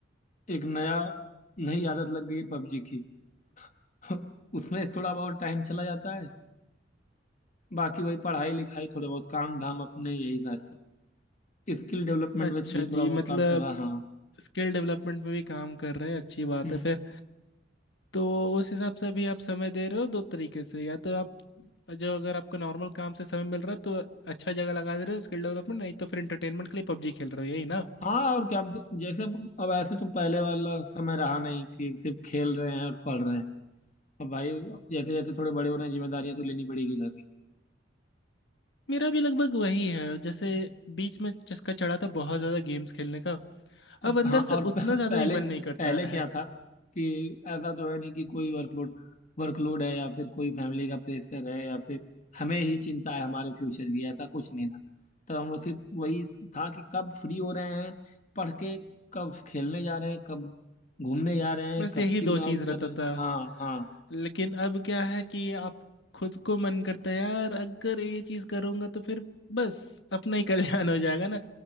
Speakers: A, on the left; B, on the left.
A: एक नया नई आदत लग गई पबजी की <laughs> उसमें थोड़ा बहुत टाइम चला जाता है बाकी वही पढ़ाई लिखाई थोड़े बहुत काम धाम अपने यही सारे सब स्किल डेवलपमेंट
B: अच्छा
A: में भी थोड़ा
B: जी
A: बहुत
B: मतलब
A: काम कर रहा हाँ
B: स्किल डेवलपमेंट में भी काम कर रहे हैं अच्छी बात
A: हम्म
B: है फिर तो उस हिसाब से अभी आप समय दे रहे हो दो तरीके से या तो आप जो अगर आपको नॉर्मल काम से समय मिल रहा है तो अच्छा जगह लगा दे रहे हो स्किल डेवलपमेंट नहीं तो फिर एंटरटेनमेंट के लिए पबजी खेल रहे हो यही ना
A: हाँ और क्या अब जैसे अब अब ऐसे तो पहले वाला समय रहा नहीं कि सिर्फ खेल रहे हैं और पढ़ रहे हैं अब भाई अब जैसे जैसे थोड़े बड़े हो रहे हैं जिम्मेदारियां तो लेनी पड़ेगी घर की
B: मेरा भी लगभग वही है जैसे बीच में चस्का चढ़ा था बहुत ज़्यादा गेम्स खेलने का
A: अब
B: अब अंदर
A: हाँ और
B: से
A: प-
B: उतना ज़्यादा
A: पहले
B: भी मन नहीं करता
A: पहले क्या
B: है
A: था कि ऐसा तो है नहीं कि कोई वर्कलोड वर्कलोड है या फिर कोई फैमिली का प्रेशर है या फिर हमें ही चिंता है हमारे फ्यूचर की ऐसा कुछ नहीं था तब हम लोग सिर्फ वही था कि कब फ्री हो रहे हैं पढ़ के कब खेलने जा रहे हैं कब घूमने जा रहे हैं
B: बस
A: कब
B: यही
A: चिल
B: दो चीज़
A: आउट
B: रहता
A: कर रहे हैं
B: था
A: हाँ हाँ
B: लेकिन अब क्या है कि आप खुद को मन करता है यार अगर ये चीज़ करूँगा तो फिर बस अपना ही कल्याण हो जाएगा ना